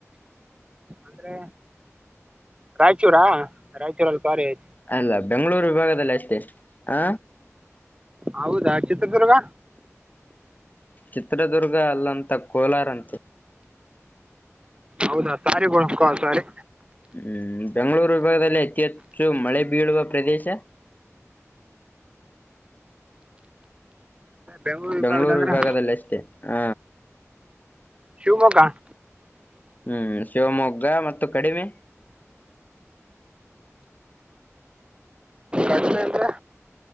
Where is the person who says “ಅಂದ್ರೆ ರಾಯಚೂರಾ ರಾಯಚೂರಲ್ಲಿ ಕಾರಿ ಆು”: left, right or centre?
Right